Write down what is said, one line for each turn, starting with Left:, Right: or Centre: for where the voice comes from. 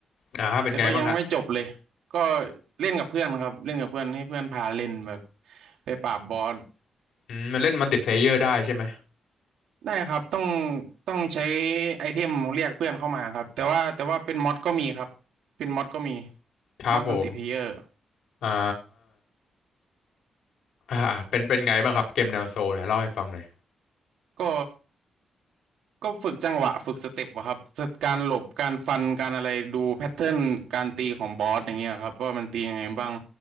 Left: อ่าเป็นไงบ้างฮะ
Right: แต่ก็ยังไม่จบเลย ก็เล่นกับเพื่อนครับเล่นกับเพื่อนให้เพื่อนพาเล่นแบบไปปราบบอส
Left: อืมมันเล่นมัลติเพลเยอร์ได้ใช่ไหม
Right: ได้ครับต้องต้องใช้ไอเทมเรียกเพื่อนเข้ามาครับแต่ว่าแต่ว่าเป็นมอดก็มีครับเป็นมอดก็มี
Left: ครับผม
Right: มอดมัลติเพลเยอร์
Left: อ่าอ่าเป็นเป็นไงบ้างครับเกมแนวโซลเนี่ยเล่าให้ฟังหน่อย
Right: ก็ก็ฝึกจังหวะฝึกสเต็ปอะครับสการหลบการฟันการอะไรดูแพทเทิร์นการตีของบอสอย่างเงี้ยครับว่ามันตียังไงบ้าง